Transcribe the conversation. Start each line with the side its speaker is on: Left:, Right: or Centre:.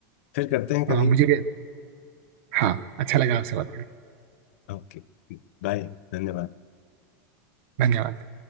Left: फिर करते हैं कभी
Right: हाँ, मुझे भी हाँ अच्छा लगा आपसे बात करके
Left: Okay bye धन्यवाद
Right: धन्यवाद